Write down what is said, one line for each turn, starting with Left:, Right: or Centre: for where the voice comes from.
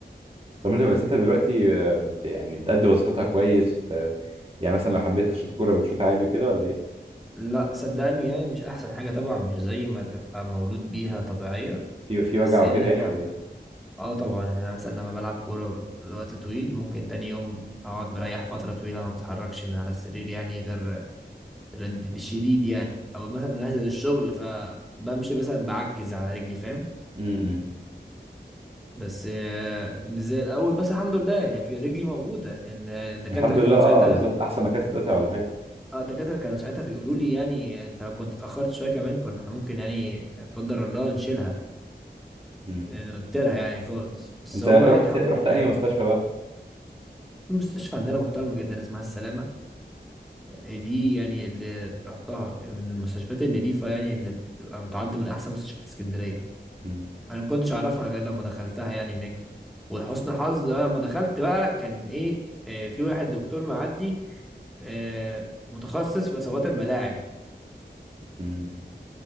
Right: طب انت بس انت دلوقتي آه، بت يعني بتأدي وظيفتها كويس ب... يعني مثلا لو حبيت تشوط كوره بتشوط عادي وكده ولا ايه
Centre: لا صدقني يعني مش احسن حاجة طبعا مش زي ما تبقى مولود بيها طبيعية
Right: في في
Centre: بس
Right: وجع وكده
Centre: يعني
Right: يعني
Centre: الحمد
Right: ولا ايه
Centre: اه طبعا يعني انا مثلا لما بلعب كورة لوقت طويل ممكن تاني يوم اقعد مريح فترة طويلة ما بتحركش من على السرير يعني غير الرد- الشديد يعني او مثلا انزل الشغل فبمشي مثلا بعكز على رجلي فاهم
Right: امم
Centre: بس آه، مش زي الاول بس الحمد لله يعني في رجلي موجودة ان الدكاترة
Right: الحمد
Centre: كانوا
Right: لله اه
Centre: ساعتها
Right: بالظبط احسن ما كانت تتقطع ولا حاجه
Centre: اه الدكاترة كانوا ساعتها بيقولوا لي يعني انت لو كنت اتأخرت شوية كمان كنا احنا ممكن يعني لا قدر الله نشيلها
Right: امم
Centre: نطيرها يعني خالص بس
Right: انت
Centre: هو
Right: رحت
Centre: بقى يعني الحمد
Right: رحت
Centre: لله
Right: انهي مستشفى بقى
Centre: في مستشفى عندنا محترمة جدا اسمها السلامة آه، دي يعني اللي رحتها من المستشفيات النظيفة يعني اللي بتبقى بتعد من أحسن مستشفيات اسكندرية
Right: امم
Centre: أنا ما كنتش أعرفها غير لما دخلتها يعني هناك ولحسن الحظ بقى لما دخلت بقى كان إيه آه، في واحد دكتور معدي آه، متخصص في إصابات الملاعب
Right: امم